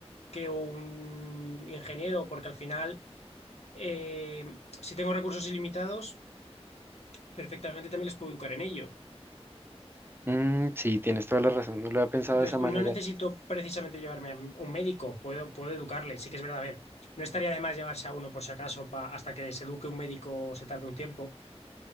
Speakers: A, on the left (about 75°); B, on the right (about 20°).
A: que un ingeniero, porque al final, eh, si tengo recursos ilimitados, perfectamente también les puedo educar en ello.
B: Mm, sí, tienes toda la razón, no lo había pensado
A: Entonces,
B: de esa manera.
A: no necesito precisamente llevarme a un médico, puedo, puedo educarle, sí que es verdad, a ver, no estaría de más llevarse a uno por si acaso pa- hasta que se eduque un médico se tarde un tiempo,